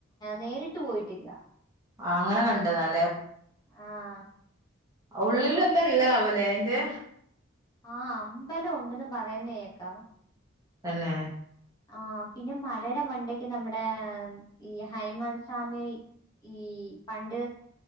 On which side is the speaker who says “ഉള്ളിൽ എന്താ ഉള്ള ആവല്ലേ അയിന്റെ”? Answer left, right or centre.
Right